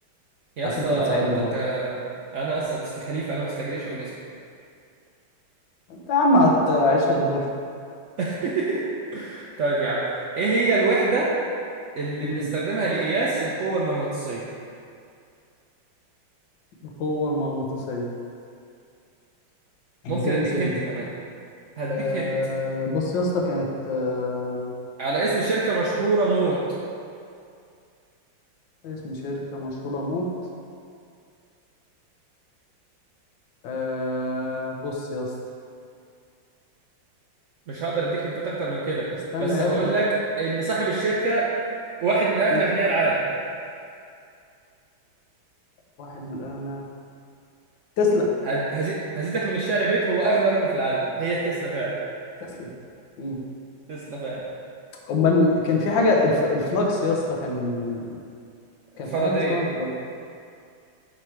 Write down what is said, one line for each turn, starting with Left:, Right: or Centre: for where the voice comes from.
Right: يا
Left: عشان
Right: اسطى
Left: أنت بتساعدني
Right: انت
Left: برضه
Right: انت انا اسطى ده اصل خليفه انا ما استجريش اقول اسمه
Left: انت يا عم هتعيش للدور
Right: <laughs> طيب يا عم ايه هي الوحده اللي بنستخدمها
Left: مم.
Right: لقياس القوه المغناطيسيه
Left: القوة المغناطيسية انا
Right: ممكن
Left: ازاي
Right: اديك
Left: نسيت
Right: هنت
Left: دي
Right: كمان هديك
Left: أه
Right: هنت
Left: بص يا اسطى كانت أه
Right: على اسم شركه مشهوره موت
Left: اسم شركة مشهورة موت أه بص يا اسطى
Right: مش هقدر اديك هنتات اكتر من كده
Left: استنى
Right: بس
Left: يا
Right: هقول
Left: ابني
Right: لك ان صاحب الشركه واحد من اغنى
Left: مم.
Right: اغنياء العالم
Left: واحد من الأغنياء تسلا
Right: هد... هزي... هزيدك من الشعر بيت هو اغنى رجل في العالم هي التسلا فعلا
Left: تسلا مم.
Right: تسلا فعلا
Left: امال كان في حاجة الف... الفلكس يا اسطى كان كان
Right: فاراداي
Left: في حاجة اسمها الفلكس